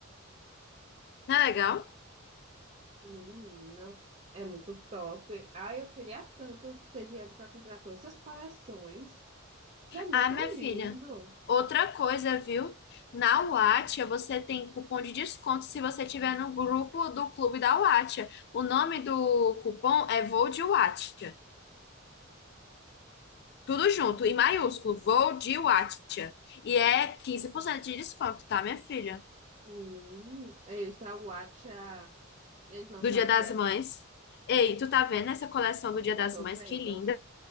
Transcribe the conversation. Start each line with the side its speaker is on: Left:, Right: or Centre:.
Left: Não é legal?
Right: Menina, é muito top. Ai, eu queria tanto ter dinheiro para comprar todas essas coleções, que é muito
Left: Ah, minha filha,
Right: lindo.
Left: outra coisa, viu? Na Wattia você tem cupom de desconto se você tiver no grupo do clube da Wattia. O nome do cupom é Vou de Wattia. Tudo junto, em maiúsculo, Vou de Wattia. E é 15% de desconto, tá, minha filha?
Right: Hum, e os da Watcha, eles lançaram
Left: do Dia das
Right: coleção,
Left: Mães. Ei, tu tá vendo essa coleção do Dia
Right: eu
Left: das
Right: tô
Left: Mães?
Right: vendo.
Left: Que linda.